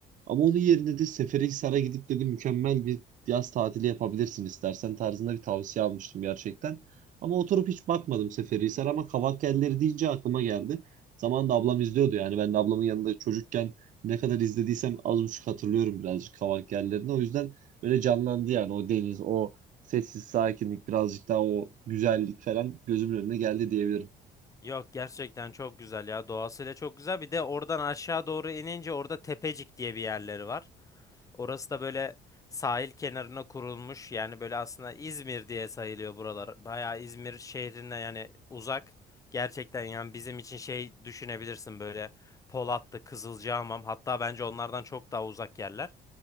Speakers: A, on the right (about 50°); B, on the left (about 20°).
A: Ama onun yerine de Seferihisar'a gidip dedi mükemmel bir yaz tatili yapabilirsin istersen tarzında bir tavsiye almıştım gerçekten. Ama oturup hiç bakmadım Seferihisar ama Kavakkelleri deyince aklıma geldi. Zamanında ablam izliyordu yani ben de ablamın yanında çocukken ne kadar izlediysem az buçuk hatırlıyorum birazcık Kavakkellerini. O yüzden böyle canlandı yani o deniz, o sessiz sakinlik, birazcık daha o güzellik falan gözümün önüne geldi diyebilirim.
B: Yok gerçekten çok güzel ya doğasıyla çok güzel. Bir de oradan aşağı doğru inince orada Tepecik diye bir yerleri var. Orası da böyle sahil kenarına kurulmuş. Yani böyle aslında İzmir diye sayılıyor buralar. Bayağı İzmir şehrine yani uzak. Gerçekten yani bizim için şey düşünebilirsin böyle Polatlı, Kızılcahamam hatta bence onlardan çok daha uzak yerler.